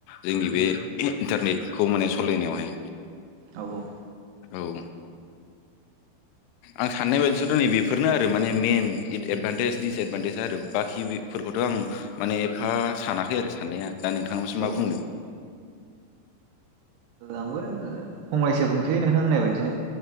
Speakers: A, on the left; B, on the right.
A: जोंनि
B: उम
A: बे इन्टारनेटखौ माने सलायनायावहाय
B: औ औ
A: औ आं साननाय बायदिबाथ नैबेफोरनो आरो माने मेन इथ एदभान्टेज दिस एदभान्टेजया आरो बाखि बिफोरखौथ' आं माने एफा सानाखै आरो साननाया। दा नोंथाङाबासो मा
B: औ ओ
A: बुङो
B: आंबो फंनैसो बुंसै नों होननाय बायदिनो।